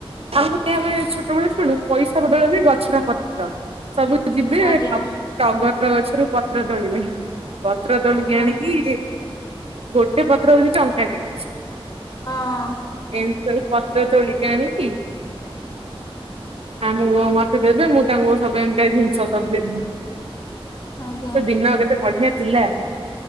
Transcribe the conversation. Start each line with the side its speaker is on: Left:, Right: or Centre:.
Right: ଆଉ ଆମେ ଛୋଟବେଳ ଖେଳୁ ପଇସା ବଦଳରେ ଗଛର ପତ୍ର ସବୁ ଯିବେ
Left: ଆଜ୍ଞା
Right: ଡଙ୍ଗର ଗଛରୁ ପତ୍ର ତୋଳିବେ। ପତ୍ର ଦୋଳିକି
Left: ଆଜ୍ଞା
Right: ଆଣିକି ଗୋଟେ ପତ୍ର ହଉଛି ଟଙ୍କା ଟ।
Left: ହଁ
Right: କେଉଁ କେଉଁ ପତ୍ର ତୋଲିକି ଆଣି କି। ଆମ ମତେ ଦେବେ ମୁଁ ତାଙ୍କୁ ସବୁ ଏମିତି ଜିନିଷ ସବୁ ଦେବି।
Left: ଆଜ୍ଞା
Right: ସେ ଦିନ କେତେ ବଢିଆ ଥିଲା।